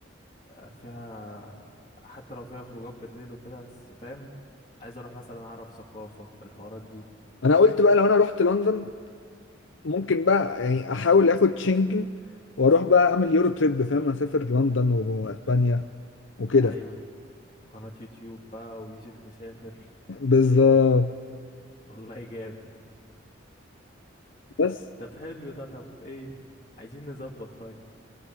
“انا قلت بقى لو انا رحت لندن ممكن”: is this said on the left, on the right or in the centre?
Left